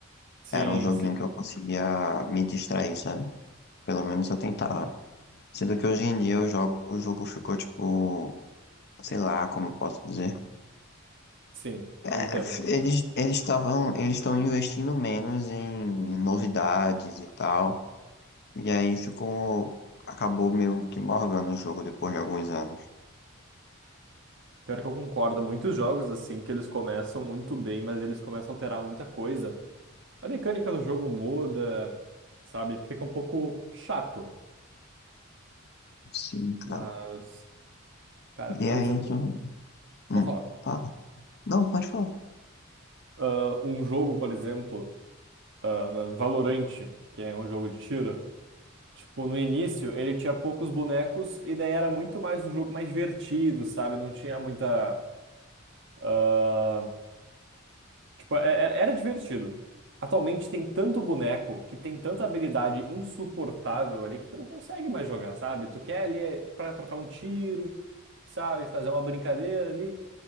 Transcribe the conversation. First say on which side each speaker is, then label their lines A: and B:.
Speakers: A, on the right; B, on the left.
A: Sim,
B: Era um joguinho
A: sim.
B: que eu conseguia me distrair, sabe? Pelo menos eu tentava. Sendo que hoje em dia eu jogo, o jogo ficou tipo, sei lá como eu posso dizer.
A: Sim,
B: É,
A: eu entendo.
B: f- eles eles estavam, eles estão investindo menos em novidades e tal. E aí ficou, acabou meio que morgando o jogo depois de alguns anos.
A: Pior que eu concordo, muitos jogos assim que eles começam muito bem, mas eles começam a alterar muita coisa. A mecânica do jogo muda, sabe? Fica um pouco chato.
B: Sim, cara.
A: Mas, cara, por
B: E aí,
A: exemplo,
B: tu... hum,
A: vou falar.
B: fala. Não, pode falar.
A: Ah, um jogo, por exemplo, ah, na- Valorant, que é um jogo de tiro, tipo, no início ele tinha poucos bonecos e daí era muito mais um jogo mais divertido, sabe? Não tinha muita. ah, Tipo, é- é- era divertido. Atualmente tem tanto boneco que tem tanta habilidade insuportável ali que tu não consegue mais jogar, sabe? Tu quer ali é, pra trocar um tiro, sabe? Fazer uma brincadeira ali.